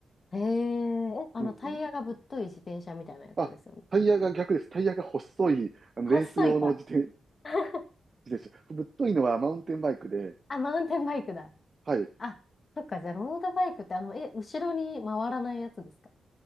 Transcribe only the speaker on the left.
えー、え、あの、
タイヤがぶっとい自転車みたいなやつですよね。
細いか。
<laughs>
あ、マウンテンバイクだ。
あ、そっか、じゃあ、ロードバイクって、あの、え、後ろに回らないやつですか